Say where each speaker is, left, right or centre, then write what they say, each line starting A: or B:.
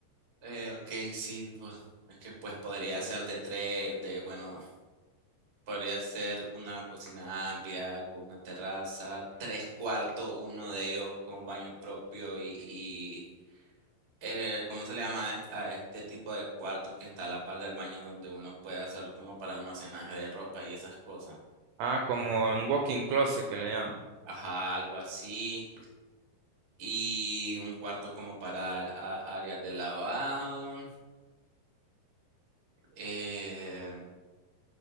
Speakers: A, on the right; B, on the right.
A: Eh, ok, sí, pues, es que pues podría ser de tres, de bueno. Podría ser una cocina amplia con una terraza, tres cuartos, uno de ellos con baño propio y, y eh, ¿cómo se le llama a est- a este tipo de cuartos que está a la par del baño donde uno puede hacerlo como para almacenaje de ropa y esas cosas?
B: Ah, como un walking closet que le llaman.
A: Ajá, algo así. Y un cuarto como para a- áreas de lavado. Eh,